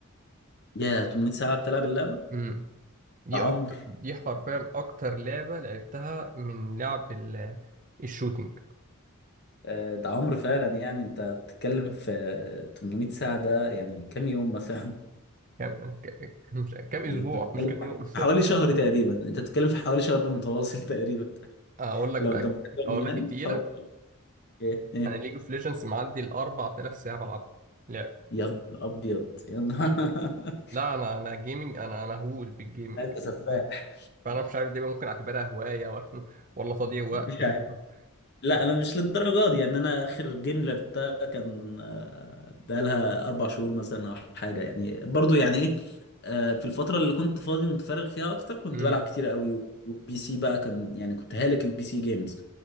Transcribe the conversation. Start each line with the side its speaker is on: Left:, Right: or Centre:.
Left: يا 800 ساعة بتلعب اللعبة ده
Right: امم دي
Left: عمر
Right: أكتر
Left: <laughs>
Right: دي حرفيا أكتر لعبة لعبتها من لعب ال- الشوتينج
Left: آه، ده عمر فعلا يعني انت بتتكلم في 800 ساعة ده يعني كام يوم مثلا <laughs>
Right: كام ك- مش كام أسبوع
Left: انت بتتكلم
Right: مش كام يوم <laughs>
Left: في حوالي شهر تقريبا انت بتتكلم في حوالي شهر متواصل <laughs> تقريبا
Right: أقول لك
Left: لو
Right: بقى
Left: جمعتهم
Right: أقول لك
Left: يعني
Right: التقيلة
Left: حوالي ايه ايه
Right: أنا ليج اوف ليجندز معدي ال 4000 ساعة بلعبها لعب
Left: يا نهار ابيض يا نهار <laughs>
Right: لا أنا أنا جيمنج أنا مهووس بالجيمنج
Left: انت سفاح
Right: فأنا مش عارف دي بقى ممكن أعتبرها هواية ولا <laughs> ولا تضييع
Left: <laughs>
Right: وقت
Left: مش
Right: ولا <laughs>
Left: لا
Right: ولا
Left: انا مش للدرجه دي يعني انا اخر جيم لعبتها كان آه، بقالها اربع شهور مثلا او حاجه يعني برضو يعني ايه آه، في الفتره اللي كنت فاضي متفرغ فيها اكتر كنت
Right: مم.
Left: بلعب كتير قوي والبي سي بقى كان يعني كنت هالك البي سي جيمز